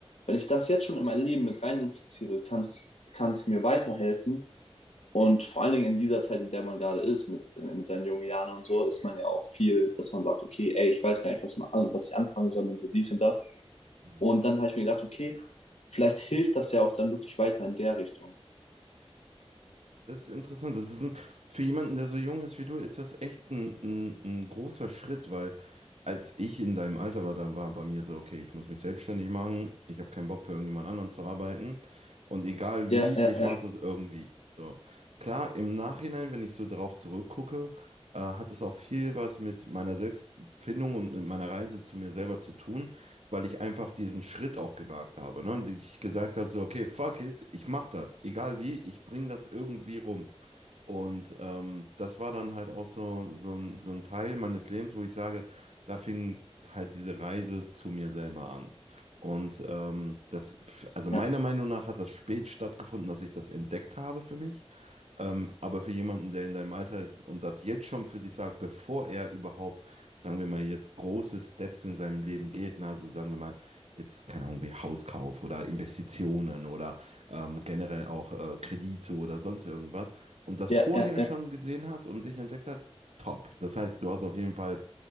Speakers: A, on the left; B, on the right.
A: wenn ich das jetzt schon in mein Leben mit rein impliziere, kann es mir weiterhelfen, Und vor allen Dingen in dieser Zeit, in der man gerade ist, mit, äh, mit seinen jungen Jahren und so, ist man ja auch viel, dass man sagt, okay, ey, ich weiß gar nicht, was, ma- was ich anfangen soll und so dies und das.
B: Hm.
A: Und dann habe ich mir gedacht, okay, vielleicht hilft das ja auch dann wirklich weiter in der Richtung.
B: Das ist interessant. Das ist ein, für jemanden, der so jung ist wie du, ist das echt ein, ein, ein großer Schritt, weil als ich in deinem Alter war, da war bei mir so, okay, ich muss mich selbstständig machen, ich habe keinen Bock für irgendjemand anderen zu arbeiten und egal
A: Ja,
B: wie,
A: ja,
B: ich
A: ja,
B: mache das irgendwie. So. Klar, im Nachhinein, wenn ich so drauf zurückgucke, äh, hat es auch viel was mit meiner Selbstfindung und mit meiner Reise zu mir selber zu tun. weil ich einfach diesen Schritt auch gewagt habe. Ne? Und ich gesagt habe so, okay, fuck it, ich mach das, egal wie, ich bring das irgendwie rum. Und ähm, das war dann halt auch so, so ein, so ein Teil meines Lebens, wo ich sage, da fing halt diese Reise zu mir selber an. Und ähm, das, also meiner
A: ja,
B: Meinung nach hat das spät stattgefunden, dass ich das entdeckt habe für mich. Ähm, aber für jemanden, der in deinem Alter ist und das jetzt schon für sich sagt, bevor er überhaupt, sagen wir mal, jetzt große Steps in seinem Leben geht, na, also sagen wir mal, jetzt, keine Ahnung, wie Hauskauf oder Investitionen oder ähm, generell auch äh, Kredite oder sonst irgendwas und das
A: ja,
B: vorher
A: ja, ja,
B: schon gesehen hat und sich entdeckt hat, top. Das heißt, du hast auf jeden Fall,